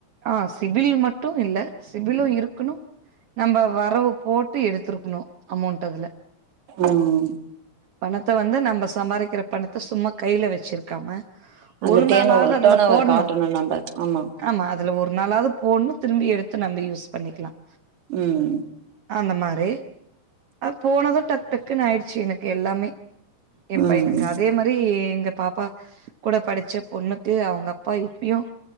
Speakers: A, on the right; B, on the right.
A: ஆ சிபிலில் மட்டும் இல்ல சிபிலும் இருக்கணும் நம்ம வரவு போட்டு எடுத்திருக்கணும் அமௌண்ட் அதுல
B: ம்
A: பணத்த வந்து நம்ம சம்பாரிக்கிற பணத்த சும்மா கைல வச்சிருக்காம
B: அதுல
A: ஒரு
B: டேன்ஓவர்
A: நாளாவது அதுல
B: டர்ன் ஓவர்
A: போடணு
B: காட்டணும் நம்ம ஆமா
A: ஆமா அதுல ஒரு நாளாவது போணும் திரும்பி எடுத்து நம்ப யூஸ் பண்ணிக்கலாம்
B: ம்
A: அந்த மாரி போனதும் டக் டக்குன்னு ஆயிடுச்சு எனக்கு எல்லாமே என்
B: ம்
A: பையனுக்கு அதே மா ரி எங்க பாப்பா கூட படிச்ச பொண்ணுக்கு அவுங்க அப்பா இப்பயும்